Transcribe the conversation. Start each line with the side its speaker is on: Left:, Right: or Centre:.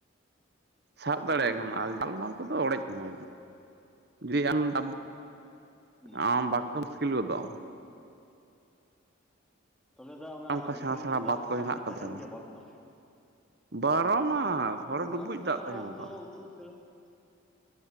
Right: ᱥᱟᱵ ᱫᱟᱲᱮᱭᱟᱭ
Centre: ᱦᱩᱸ
Right: ᱠᱟᱱᱟ
Centre: ᱦᱩᱸ
Right: ᱟᱨ
Centre: ᱦᱩᱸ
Right: ᱡᱟᱞᱢᱟᱞ ᱠᱚᱫᱚ ᱚᱲᱮᱡ ᱠᱟᱱᱟ
Centre: ᱱᱤᱛᱚᱜ
Right: <unintelligible>
Centre: ᱦᱩᱸ
Right: ᱟᱢ ᱵᱟᱠᱛᱚ ᱢᱩᱥᱠᱤᱞ ᱜᱚᱫᱚᱟᱢ
Centre: ᱛᱟᱦᱚᱞᱮ ᱫᱟ ᱚᱱᱟ
Right: ᱟᱢ ᱚᱱᱠᱟ ᱥᱮᱬᱟ
Centre: ᱜᱤᱰᱤᱭᱟᱹᱨᱮ
Right: ᱥᱮᱬᱟ
Centre: ᱫᱚ
Right: ᱵᱟᱸᱫᱷ
Centre: ᱫᱟᱜ ᱛᱚ
Right: ᱠᱚ ᱦᱮᱱᱟᱜ
Centre: ᱦᱟᱜ ᱛᱚ
Right: ᱟᱠᱟᱫᱟ
Centre: ᱛᱟᱦᱮᱱ ᱜᱮᱭᱟ ᱵᱟᱨᱚ ᱢᱟᱥ ᱜᱮ
Right: ᱵᱟᱨᱚ ᱢᱟᱥ ᱦᱚᱲ ᱰᱩᱵᱩᱡ
Centre: ᱵᱟᱸᱫᱷ ᱠᱚᱫᱚ
Right: ᱫᱟᱜ ᱛᱟᱦᱮᱱᱟ
Centre: ᱦᱟᱸᱜ
Right: ᱵᱟᱨᱚ
Centre: <unintelligible>